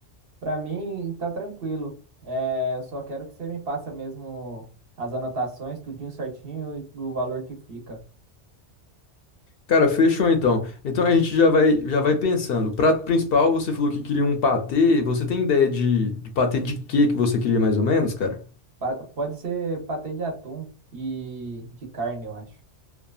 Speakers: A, on the right; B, on the left.
A: Pra mim, tá tranquilo. É, eu só quero que você me passa mesmo as anotações, tudinho certinho e o valor que fica.
B: Cara, fechou então. Então a gente já vai, já vai pensando. Prato principal, você falou que queria um patê. Você tem ideia de, de patê de quê que você queria mais ou menos, cara?
A: Pa- pode ser patê de atum e de carne, eu acho.